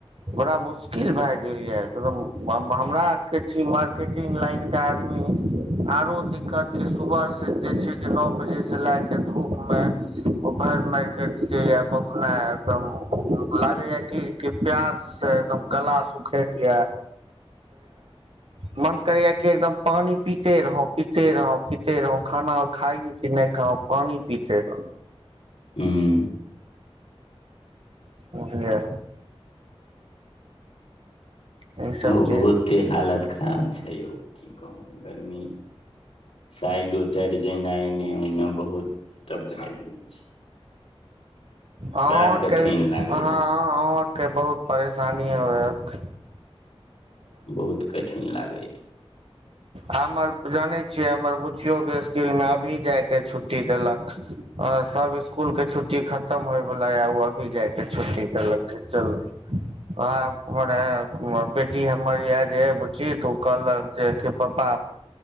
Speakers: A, on the right (about 65°); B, on the left (about 90°).
A: बड़ा मुश्किल भए गेल ये एकदम हमरा आर के छी मार्केटिंग लाइन के आदमी आरो दिक्कत कि सुबह से जे छै कि नौ बजे से लैके धुप मे भइर मारकेट जाइये बउखनाइ एकदम भेजाइये की की प्यास से एकदम गला सुखैत यै <unintelligible> मन करैया कि एकदम पानी पीते रहौं पीते रहौं पीते रहौं खाना खाइ कि नहि पानी पीते रहु
B: हूँ
A: बुझलियै ई सब
B: हो
A: चीज
B: बहुते हालत खराब छै यौ की कहू गरमी साइड उतर जेना एने उने बहुत तब भए गेल छै
A: अहाँँ
B: बड़ा
A: आरके
B: कठिन
A: भी अँाँ
B: लागैया
A: अहाँँ आरके बहुत परेशानी होयत
B: बहुत कठिन लागैए
A: हमर जानै छियै हमर बुच्चियो के स्कूल मे अभी जायके छुट्टी देलक आ सब स्कूल के छुट्टी खत खतम होयवालला ओ अभी जायके छुट्टी देलक चल वेहा हम मने बेटी हमर यै जे बुची त ओ कहलक जे पापा